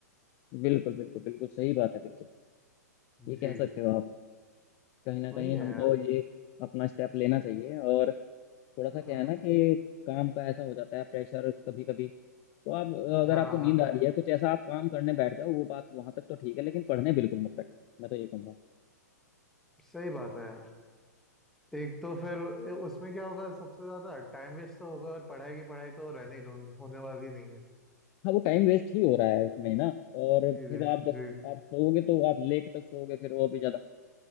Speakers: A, on the left; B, in the centre.
A: बिल्कुल बिल्कुल बिल्कुल सही बात है बिल्कुल ये कह
B: जी
A: सकते हो आप कहीं ना
B: वही
A: कहीं
B: है
A: हमको
B: यार
A: ये अपना स्टेप लेना चाहिए और थोड़ा सा
B: हाँ
A: क्या है ना कि काम का ऐसा हो जाता है प्रेशर कभी कभी तो आप अगर
B: हाँ
A: आपको नींद
B: हाँ
A: आ रही है कुछ ऐसा आप काम करने बैठ जाओ वो बात वहां तक तो ठीक है लेकिन पढ़ने बिल्कुल मत बैठो मैं तो ये कहूंगा
B: सही बात है यार एक तो फिर ए- उसमें क्या होगा सबसे ज्यादा टाइम वेस्ट तो होगा और पढ़ाई की पढ़ाई तो रहने ही दो होने वाली नहीं है
A: हाँ वो टाइम वेस्ट ही हो रहा है उसमें ना और
B: जी
A: फिर
B: जी
A: आप जब
B: जी
A: आप सोओगे तो आप लेट तक सोओगे फिर और भी ज्यादा